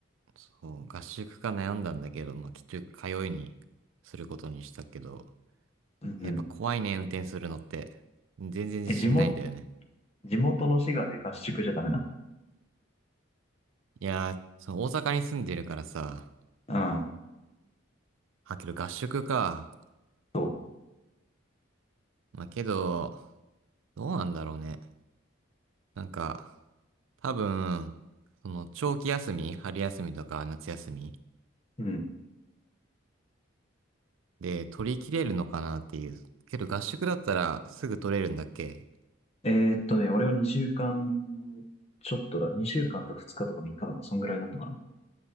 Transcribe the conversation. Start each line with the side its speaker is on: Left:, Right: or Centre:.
Right: そう、合宿か悩んだんだけど、まあ、結局通いにすることにしたけど、
Left: うんうん。
Right: やっぱ怖いね、運転するのって。全然自信ないんだよね。
Left: え、地元、地元の滋賀で合宿じゃダメなの
Right: いやー、そう、大阪に住んでるからさ、
Left: うん。
Right: あ、けど合宿か。
Left: そ
Right: まあ、けど、どうなんだろうね。なんか、多分、その、長期休み、春休みとか夏休み
Left: う。うん。
Right: で取り切れるのかなっていう。けど合宿だったらすぐ取れるんだっけ
Left: えーっとね、俺は2週間、ちょっとだ、2週間と2日とか3日とか、そんぐらいだったかな。